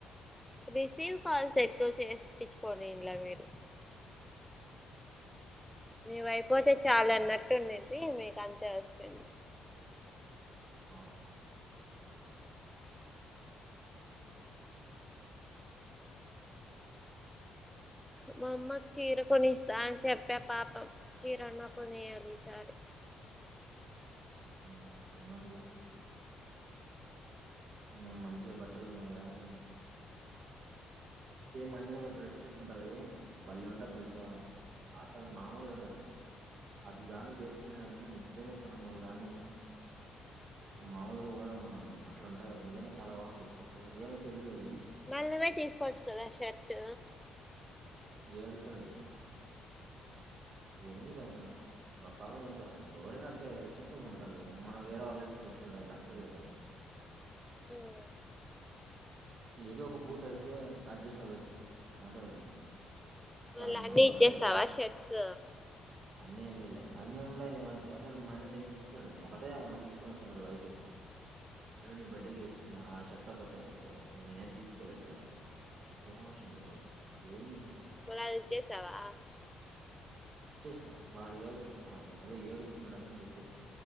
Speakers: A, in the centre; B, on the right (about 55°).
A: రిసీవ్ కాల్స్ ఎక్కువ చేపించిపోని ఇన్ల మీరు మీ వైపోతే చాలా అన్నట్టుండింది మీకు అంతే వస్తుంది.
B: ఆ
A: మామ్మకు చీర కొనిస్తా అని చెప్పా పాపం చీరన్న కొనియాలి ఈసారి
B: ఆ పద్మముల <unintelligible> నేను మంచిగా బట్టలు ఉన్న బ్యాంకు లా ఉన్న. సేమ్ మా ఇంటి దగ్గర ఒక రెడ్ షర్ట్ ఉంటది. భల్లే ఉంటది తెలుసా అసలు మామూలుగా ఉండది. అదిగాని వేసుకుంటే నేను నిజం చెప్తున్నా నువ్వు గాని, మాముూలుగా కూడా ఉన్నా నన్ను అట్లాంటది. అది నిజంగా చాలా బాగుంది ఈ షర్టు ఏమంటే ఎల్ళదు.
A: మళ్ళీ పోయి తీసుకోవచ్చు కదా షర్ట్.
B: ఏడుచాడు వాడు ఎందుకైనా పాపం ఎంత ఎవరైనా అంతే కదా ఇష్టం తో కొంటారు. మనం వేరే వాళ్ళు వేసుకుంటే ఎట్లాంటది నచ్చదు కదా.
A: ఉం
B: ఏదో ఒక పూట అయితే అడ్జస్ట్ అవ్వచ్చు అంటే
A: మళ్ళ
B: మ్
A: అన్ని ఇచ్చేస్తావా
B: అదే
A: షర్ట్స్
B: అన్ని ఏం ఇయ్యాలె అన్నీ ఏం ఉన్నాయిలే వానికి అసలు మొన్నటివి ఏం తీసుకో ఒకటే మొన్న తీసుకు వేసుకొని వచ్చా చూడు వైట్ నీ బర్త్డే వేసుకున్నా ఆ షర్ట్. ఒకటే అంతే. ఇంక నేను తీసుకోలే అసలు అంటే నాకేం అవసరం చెప్పు ఏం తీసుకుంటా
A: మల్ల అది ఇచ్చేస్తావా.
B: ఇచ్చేసినా, వాడు ఏడిసస్తున్నాడు ఏడుస్తున్నాడు అదే ఏడుస్తున్నాడుని ఇంకచ్చేసాను.